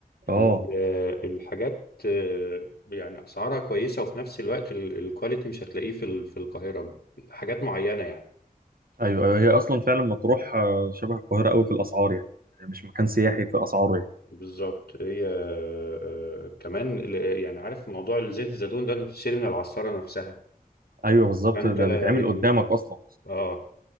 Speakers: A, on the right (about 70°); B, on the left (about 80°).
A: اه
B: ال- آه، الحاجات آه، يعني أسعارها كويسة وفي نفس الوقت ال- الكواليتي مش هتلاقيه في ال- في القاهرة حاجات معينة يعني
A: ايوه أيوة، هي اصلا فعلا مطروح آه، شبه القاهره قوي في الاسعار يعني مش مكان سياحي في اسعاره يعني
B: بالظبط هي آه، آه، كمان ال- آه، يعني عارف موضوع زيت الزيتون ده انت بتشتري من العصارة نفسها
A: ايوه بالظبط
B: فانت
A: ده بيتعمل
B: يعني
A: قدامك اصلا
B: اه